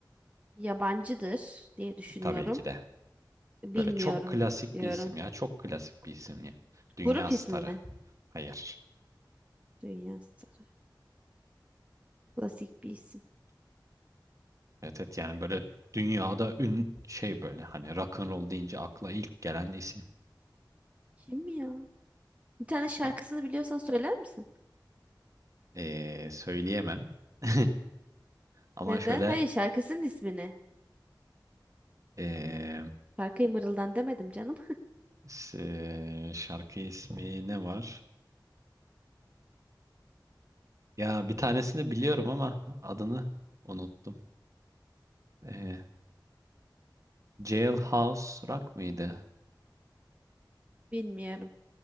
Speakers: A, on the right; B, on the right.
A: Yabancıdır diye düşünüyorum.
B: E, tabii ki de.
A: Bilmiyorum
B: Böyle çok klasik
A: diyorum.
B: bir isim ya. Çok klasik bir isim ya. Dünya
A: Grup
B: starı.
A: ismi mi?
B: Hayır.
A: Dünya Starı. Klasik bir isim.
B: Evet evet yani böyle dünyada ün şey böyle hani rock and roll deyince akla ilk gelen isim.
A: Kim ya? Bir tane şarkısını
B: Ha,
A: biliyorsan söyler misin?
B: ee, söyleyemem. <laughs> Ama
A: Neden?
B: şöyle
A: Hayır şarkısının ismini.
B: ee,
A: Şarkıyı mırıldan demedim canım.
B: s- şarkı ismi ne var? Ya bir tanesini biliyorum ama adını unuttum. Ee, Jailhouse Rock mıydı?
A: <laughs> Bilmiyorum.